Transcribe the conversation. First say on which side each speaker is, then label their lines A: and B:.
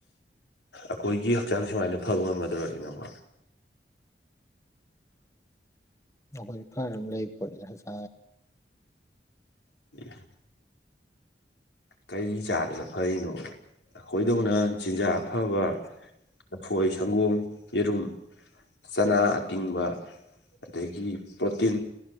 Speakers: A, on the left (about 85°); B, on the left (about 15°).
A: ꯑꯀꯣꯢꯒꯤ ꯍꯛꯆꯥꯡ ꯁꯨꯃꯥꯢꯅ ꯐꯕ ꯉꯝꯃꯗꯧꯔꯅꯦ ꯅꯪꯕꯣ
B: ꯑꯩꯈꯣꯏ ꯐꯔ ꯂꯩꯝ <unintelligible>
A: <unintelligible> ꯀꯔꯤ ꯆꯥꯗꯅ ꯐꯔꯤꯅꯣꯕ ꯑꯈꯣꯢꯗꯧꯅ ꯆꯤꯟꯖꯥꯛ ꯑꯐꯕ ꯂꯐꯣꯢ ꯁꯪꯒꯣꯝ ꯌꯦꯔꯨꯝ ꯆꯅꯥ ꯑꯇꯤꯡꯕ ꯑꯗꯒꯤ ꯄ꯭ꯔꯣꯇꯤꯟ